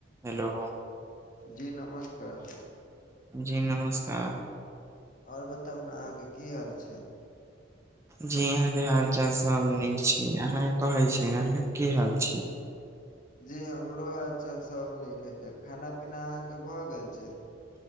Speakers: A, on the right; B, on the left.
A: Hello
B: जी नमस्कार
A: जी नमस्कार
B: और बताउ न आहाँ के की हाल छै
A: जी यहाँ के हाल चाल सब नीक छी आहाँ के कहेै छी ने आहाँ के की हाल छी
B: जी हमरो हालचाल सब नीके छैय खाना पीना आहाँ के भ गेल छै